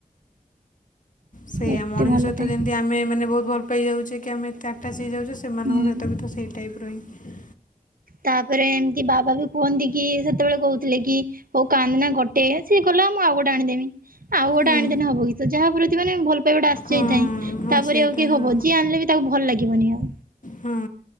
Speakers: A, on the left; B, on the right.
A: ସେଇଆ
B: ଏତେ
A: ମଣିଷ
B: ଭଲ
A: ସହିତ
B: ଥାଏ
A: ଯେମ ଯଦି ଆମେ ମାନେ ବହୁତ ଭଲ ପାଇଯାଉଛେ କି ଆମେ ଏତେ ଆଟାଚ ହେଇଯାଉଛେ ସେମାନଙ୍କ
B: ହୁଁ
A: ସହିତ ବି ତ ସେଇ ଟାଇପ୍ର ହିଁ
B: ତାପରେ ଏମତି ବାବା ବି ଫୋନ ଦେଇକି ସେତେବେଳେ କହୁଥିଲେ କି ହଉ କାନ୍ଦନା ଗୋଟେ ସିଏ ଗଲା ମୁଁ ଆଉଗୋଟେ ଆଣିଦେବି। ଆଉ ଗୋଟେ
A: ହୁଁ
B: ଆଣିଦେନେ ହବକି ସେ ଯାହା ପ୍ରତି ମାନେ ଭଲ ପାଇବାଟା ଆସିଯାଇଥାଏ
A: ହଁ ହଁ
B: ତାପରି
A: ସେଇଟା
B: ଆଉ କିଏ ହବ
A: ହଁ
B: ଯିଏ ଆଣିଲେ ବି ତାକୁ ଭଲ ଲାଗିବନି ଆଉ।
A: ହଁ